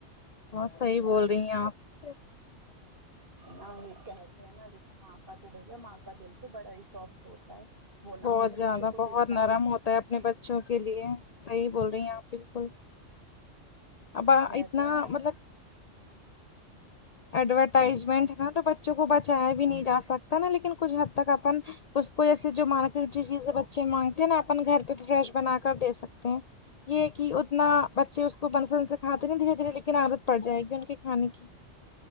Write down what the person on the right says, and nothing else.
نہ یہ کہتے ہیں نا دا ماں کا تو بھیا ماں کا کا دل تو بڑا ہی سافٹ ہوتا ہے وہ نہا
اپنے
بچوں کو
دیکھ پاتے
کہتے ہیں نا
کہ